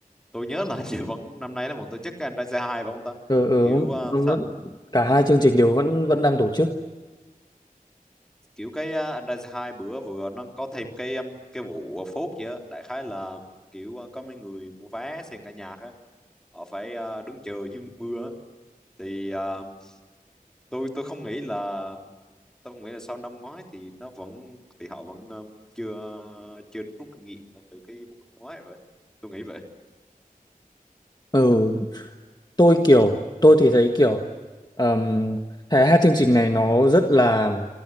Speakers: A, in the centre; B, on the left.
A: tôi nhớ là <laughs> hình như vẫn năm nay nó vẫn tổ chức cái anh trai c hai phải không ta
B: ừ ừ
A: kiểu ờ,
B: nó-
A: sa-
B: cả hai chương trình đều vẫn vẫn đang tổ chức
A: kiểu cái ờ, anh trai c hai bữa vừa nó có thêm cái um, cái vụ à, phốt gì á đại khái là kiểu ờ, có mấy người mua vé xem cả nhạc á họ phải ờ, đứng chờ dưới mưa á. thì ờ, tôi tôi không nghĩ là tôi cũng nghĩ là sau năm ngoái thì nó vẫn thì họ vẫn ờ, chưa chưa rút kinh nghiệm từ cái vụ năm ngoái vậy tôi nghĩ vậy
B: ừ tôi kiểu tôi thì thấy kiểu um, cái hai chương trình này nó rất là